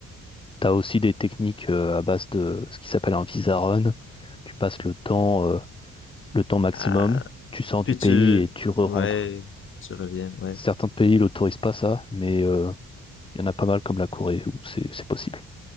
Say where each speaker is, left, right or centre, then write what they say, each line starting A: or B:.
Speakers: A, on the left; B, on the left.
A: t'as aussi des techniques euh, à base de ce qui s'appelle un visa run. Tu passes le temps, euh, le temps maximum,
B: Ah,
A: tu sors
B: puis
A: du pays
B: tu...
A: et tu re-rentres.
B: Ouais, tu reviens, ouais.
A: Certains pays l'autorisent pas ça, mais euh, il y en a pas mal comme la Corée où c'est c'est possible.